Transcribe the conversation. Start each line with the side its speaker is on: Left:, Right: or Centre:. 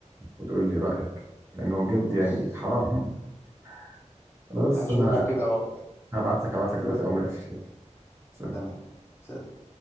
Right: وتقول لي رأيك لان هو بجد
Left: خلاص
Right: يعني حرام <laughs> خلاص
Left: هشوفه
Right: انا
Left: كده واقول لك.
Right: هبعت لك هبعت لك دلوقتي اول ما اقفل يلا سلام
Left: تمام سلام.